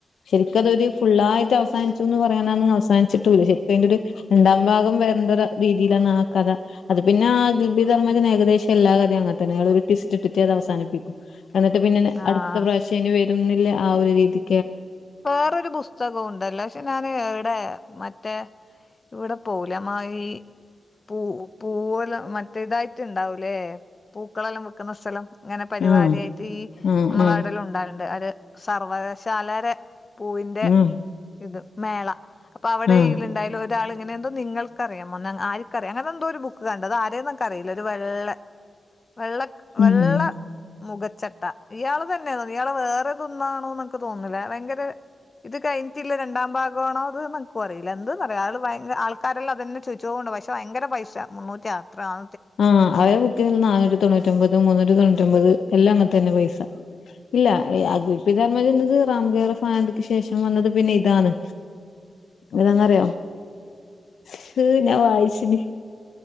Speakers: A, on the left; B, on the left.
A: ശരിക്കതൊരു ഫുള്ളായിട്ട് അവസാനിച്ചുന്ന് പറയാനാണും അവസാനിച്ചിട്ടൂല്ല ശരിക്കും അതിന്റെ ഒര്ത് രണ്ടാം ഭാഗം വരണ്ടൊരു രീതിയിലാണ് ആ കഥ അത് പിന്നെ ദിബിധർമ്മന്റെ ഏകദേശം എല്ലാ കഥിം അങ്ങന തന്നെ അയാള് ഒരു ടിസ്റ്റ് ഇട്ട് അത് അവസാനിപ്പിക്കും എന്നിട്ട് പിന്നെ
B: ആഹ്
A: അടുത്ത പ്രാവശ്യം ഇനി വരുന്നില്ലെ ആ ഒരു രീതി
B: വേറൊരു പുസ് പുസ്തകം ഉണ്ടല്ലോ പക്ഷെ ഞാൻ ഇവിടെ മറ്റേ ഇവിടെ പോവൂലെ മായി പൂ പൂവെല്ലാം മറ്റേതായിട്ട് ഇണ്ടാവൂലേ പൂക്കളെല്ലാം വിക്കുന്ന സ്ഥലം ഇങ്ങനെ പരിപാടിയായിട്ട്
A: ആഹ്
B: ഈ
A: ആഹ്
B: നമ്മളെ
A: ആഹ്
B: ഇവിടെല്ലേം ഇണ്ടാവല്ണ്ട് അവര് സർവകശാലരെ പൂവിന്റെ
A: ആഹ്
B: ഇത് മേള അപ്പൊ അവിടെ
A: ആഹ്
B: ഈല് ഉണ്ടായാലും ഒരു ഒരാൾ ഇങ്ങനെ എന്തോ നിങ്ങൾക്കറിയാമോ നങ്ങ ആര്ക്ക്റിയാം അങ്ങനെന്തോ ഒരു ബുക്ക് കണ്ട് അത് ആരെ അറില്ല ഒരു വെള്ള വെള്ള
A: ഉം
B: വെള്ള മുഖച്ചട്ട ഇയാള് തന്നെ തോന്നി ഇയാള് വേറെതൊന്നാണോ ഇന്ക്ക് തോന്നില്ല ഭയങ്കര ഇത് കഴിഞ്ഞിട്ടില്ലെ രണ്ടാം ഭാഗമാണോ അത് ന്ന് ഇനിക്കും അറിയില്ല എന്ത് പറയാ ആൾ ഭയങ്ക ആൾ അൾക്കാരെല്ലാം അതെന്നെ ചോയ്ച്ചോണ്ട് പക്ഷേ ഭയങ്കര പൈസ മുന്നൂറ്റി അത്ര ആ
A: ആഹ് അവ്‌രെ ബുക്ക്നൊ ആയിരത്തി തൊണ്ണൂറ്റി ഒമ്പത് മുന്നൂറ്റി തൊണ്ണൂറ്റി ഒമ്പത് എല്ലാം അങ്ങൻത്തന്നെ പൈസ. ഇല്ല അഗൽപി ധർമ്മചെന്നത് റാംകെറാഫാനതിക്ക് ശേഷം വന്നത് പിന്നെ ഇതാണ്. എന്തിനാന്നറിയോ സ് ഞാൻ വായിച്ച്ണ്.